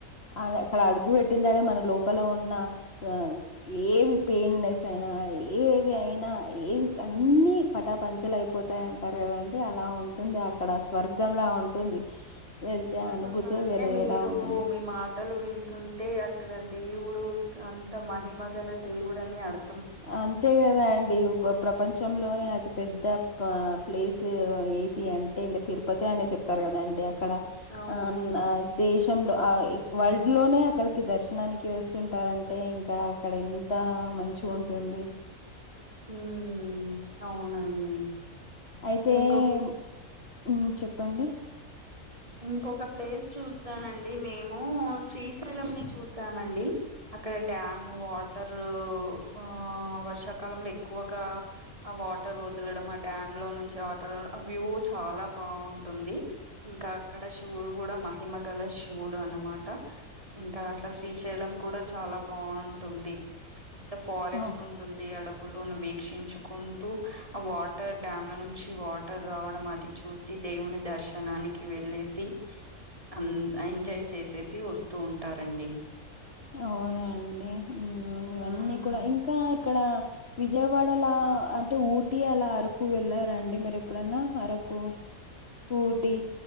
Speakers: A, on the left (about 45°); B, on the right (about 25°).
A: ఆడ అక్కడ అడుగు బెట్టిన తడ మన లోపల ఉన్న ఆ ఏవి పెయిన్నెస్ అయినా ఏవి అయినా ఏవి క అన్నీ పటాపంచలు అయిపోతాయి అంటారు కదా అండి అలా ఉం వుంది అక్కడ స్వర్గంలా ఉంటుంది వెళ్తే ఆ అనుభూతే
B: ఆహా అంటే
A: వేరేలా
B: మీరు
A: ఉంటుంది
B: మీ మాటలు వింటుంటే అక్కడ దేవు డు అంత మహిమగల దేవుడని అర్
A: ఆంతే గదా అండి ప్రపంచంలోనే అతి పెద్ద ప ప్లేసు ఏది అంటే ఇంగ తిరుపతె అనే చెప్తారు గదాండె అక్కడ
B: అవును
A: అన్ ఆ దేశ్ లో ఆయ్ వరల్డో నే అక్కడికి దర్శనానికి వస్తుంటారంటే ఇంకా అక్కడ ఎంతా మంచిగుంటుంది
B: ఊమ్ అవునండి
A: అయితేమ్
B: ఇంకొ
A: ఉమ్ చెప్పండి
B: ఇంకొక ప్లేస్ చూసానండి మేము శ్రీశైలం ని చూసామండి అక్కడ డ్యామూ వాటరూ ఊ వర్ష కాలంలో ఎక్కువగా ఆ వాటర్ వదలడం ఆ డ్యామ్ లో నుంచి వ టర్ ఆ వ్యువ్వు చాలా బాగుంటుంది ఇంకా అక్కడ శివుడు గూడా మహిమ గల శవుడు అనమాట ఇంకా అట్ల శ్రీశైలం కూడా చా లా బాంటుంది అంటె ఫారెస్ట్
A: ఆ
B: ఉంటుంది అడు వులును వీక్షించుకుంటూ ఆ వాటర్ డ్యామ్ల నుంచి వాటర్ రావడం అది చూసి దేవుని దర్శనానికి వెళ్ళే సి అండ్ ఎంజాయ్ చేసేసి వస్తూ ఉంటారండి
A: అవునాండి ఇవన్నీ
B: మ్మ్
A: కూడా ఇంకా ఇక్కడ విజయవాడలా అంటే ఊటీ అలా అరుకు వెళ్ళారండి మీరు ఎప్పుడన్నా అరక్ కు ఊటి